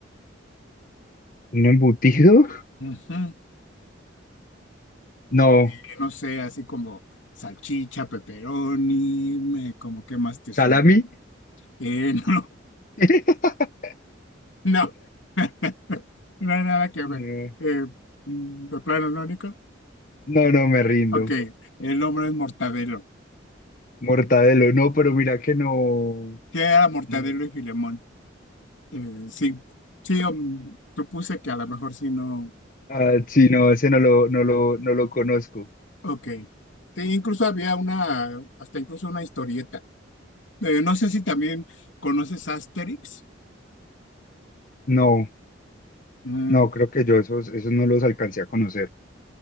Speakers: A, on the left; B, on the left.
A: ¿un embutido?
B: Ujú.
A: No,
B: Y no sé, así como salchicha, pepperoni, me- como qué más te suena.
A: salami.
B: Eh, <laughs> no,
A: <laughs>
B: no, <laughs> no hay nada que ver.
A: No.
B: Eh, mm, de plano, ¿no, Nico?
A: No, no me rindo.
B: Ok, el nombre es Mortadelo.
A: Mortadelo, no, pero mira que no,
B: que era Mortadelo
A: no,
B: y Filemón. Eh, sí, sí, um, supuse que a lo mejor sí no.
A: ah, sí, no, ese no lo, no lo, no lo conozco.
B: Ok. Sí, incluso había una, hasta incluso una historieta. Eh, no sé si también conoces Asterix.
A: No,
B: Mm,
A: no, creo que yo esos, esos no los alcancé a conocer.